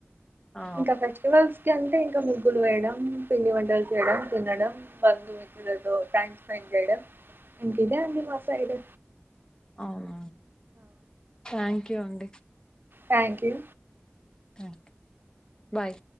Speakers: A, on the left; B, on the right.
A: ఆ
B: ఇంకా ఫెస్టివల్స్ అంతే అంటే ఇంకా ముగ్గులు వేయడం పిండి వంటలు చేయడం తినడం బంధుమిత్రులతో టైమ్ స్పెండ్ చేడమ్ ఇంక ఇదే అండి మా సైడ్
A: అవున థాంక్యూ అండి
B: థ్యాంక్ యూ
A: మ్ బాయ్